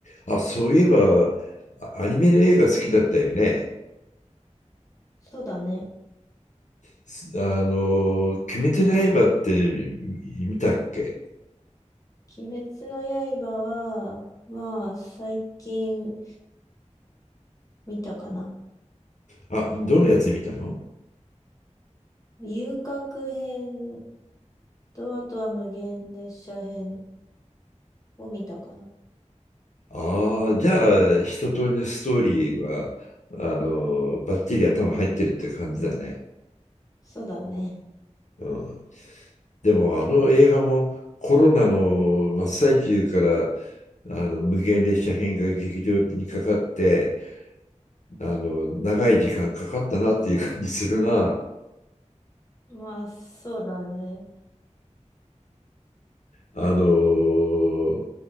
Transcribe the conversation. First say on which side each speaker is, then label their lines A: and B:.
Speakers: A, on the left (about 75°); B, on the left (about 25°).
A: あ、そういえば、あアニメの映画好きだったよね。
B: そうだね。
A: すあの、鬼滅の刃ってみ見たっけ
B: 鬼滅の刃は、まあ、最近見たかな。
A: あ、どのやつ見たの
B: 遊郭編と、あとは無限列車編を見たかな。
A: ああじゃあ、一通りのストーリーは、あの、バッチリ頭入ってるって感じだね。
B: そうだね。
A: うん。でも、あの映画もコロナの真っ最中から、あの、無限列車編が劇場にかかって、あの、長い時間かかったなっていう感じするな。
B: まあ、そうだね。
A: あの